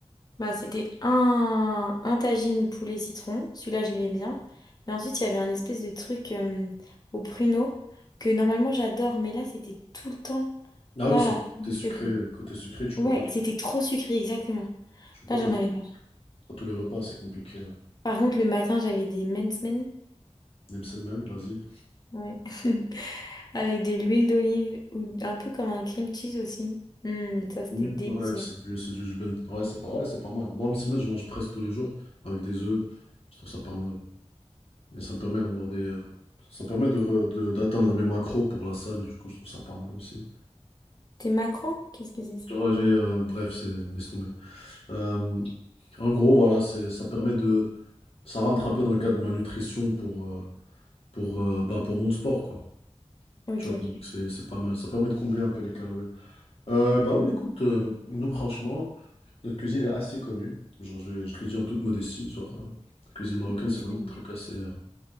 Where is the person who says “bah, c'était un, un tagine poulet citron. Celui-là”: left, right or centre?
Left